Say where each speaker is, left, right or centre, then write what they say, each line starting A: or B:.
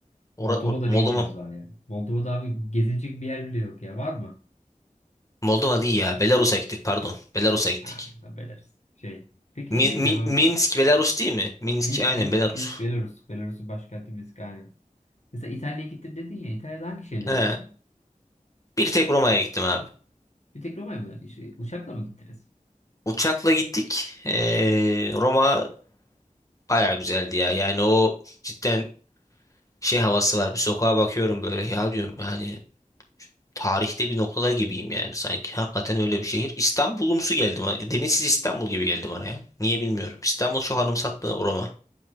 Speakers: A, on the left (about 25°); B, on the left (about 55°).
A: Ora,
B: Moldova'da
A: or- Moldova.
B: ne işiniz var ya? Moldova'da abi gezilecek bir yer bile yok ya. Var mı?
A: Moldova değil ya. Belarus'a gittik pardon. Belarus'a gittik.
B: Ha, haberleriz. Şey. Peki
A: Mi-
B: şey diyeceğim
A: Min-
B: abi.
A: Minsk Belarus değil mi? Minsk
B: Minsk,
A: aynen
B: Minsk,
A: Belarus.
B: Minsk Belarus. Belarus'un başkenti Minsk aynen. Mesela İtalya'ya gittim dedin ya. İtalya'da hangi şehirlere
A: He.
B: gittin?
A: Bir tek Roma'ya gittim abi.
B: Bir tek Roma'ya mı? Şey, uçakla mı gittiniz?
A: Uçakla gittik. Ee, Roma bayağı güzeldi ya. Yani o cidden şey havası var. Bir sokağa bakıyorum böyle ya diyorum yani tarihte bir noktada gibiyim yani sanki. Hakikaten öyle bir şehir. İstanbul'umsu geldi bana. Denizsiz İstanbul gibi geldi bana ya. Niye bilmiyorum. İstanbul çok anımsattı Roma.